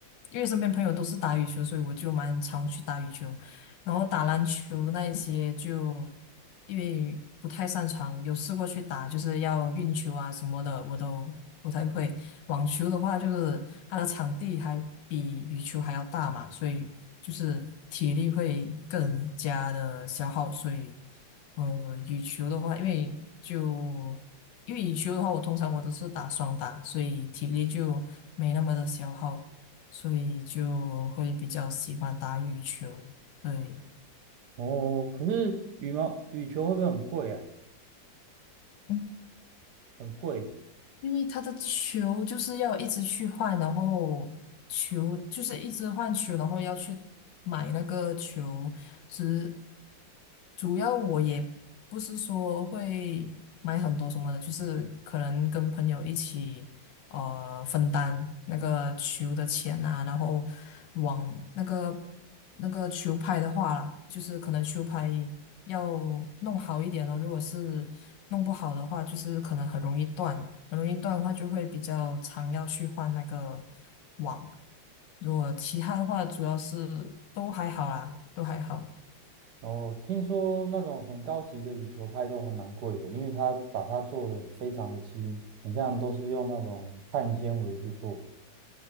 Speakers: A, on the left; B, on the right.
A: 因为身边朋友都是打羽球，所以我就蛮常去打羽球。然后打篮球那一些就因为不太擅长，有试过去打，就是要运球啊什么的，我都不太会。网球的话，就是它的场地还比羽球还要大嘛，所以就是体力会更加的消耗。所以，呃，羽球的话，因为就因为羽球的话，我通常我都是打双打，所以体力就没那么的消耗，所以就会比较喜欢打羽球。对，
B: 哦，可是羽毛羽球会不会很贵啊？
A: 嗯
B: 很贵。
A: 因为他的球就是要一直去换，然后球就是一直换球，然后要去买那个球。只主要我也不是说会买很多什么的，就是可能跟朋友一起呃分担那个球的钱啊，然后往那个那个球拍的话啦，就是可能球拍。要弄好一点哦。如果是弄不好的话，就是可能很容易断，很容易断的话就会比较常要去换那个网。如果其他的话，主要是都还好啦，都还好。
B: 哦，听说那种很高级的羽球拍都还蛮贵的，因为它把它做的非常的轻，很像都是用那种碳纤维去做。